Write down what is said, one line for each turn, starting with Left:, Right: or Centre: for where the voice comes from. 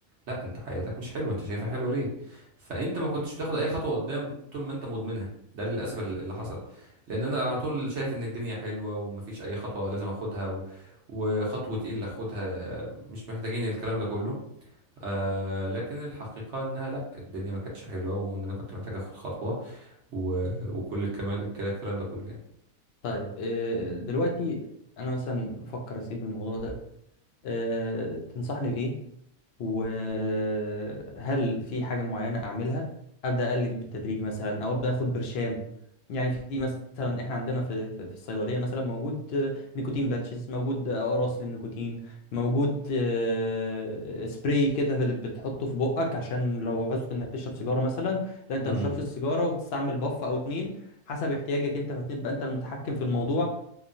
Right: لا انت حياتك مش حلوة انت شايفها حلوة ليه فانت ما كنتش بتاخد اي خطوه قدام طول ما انت مدمنها ده للاسف ال- اللي حصل لان انا على طول شايف ان الدنيا حلوه ومفيش اي خطوه لازم اخدها و... وخطوه ايه اللي اخدها مش محتاجين الكلام ده كله آه لكن الحقيقه انها لا الدنيا ما كانتش حلوه وان انا كنت محتاج اخد خطوه و... وكل الكلام الكلام ده كله يعني
Left: طيب آه، دلوقتي انا مثلا بفكر اسيب الموضوع ده آه، تنصحني بإيه وهل في حاجة معينة أعملها أبدأ أقلل بالتدريج مثلا أو أبدأ أخد برشام يعني في مثلا إحنا عندنا في في في الصيدلية مثلا موجود آه، نيكوتين باتشز موجود أقراص للنيكوتين موجود آه، سبراي كده في اللي بتحطه في بقك عشان لو عوزت إنك تشرب سيجارة مثلا لا أنت
Right: امم
Left: مش تشربش السيجارة وتستعمل باف أو اتنين حسب احتياجك أنت فهتبقى أنت المتحكم في الموضوع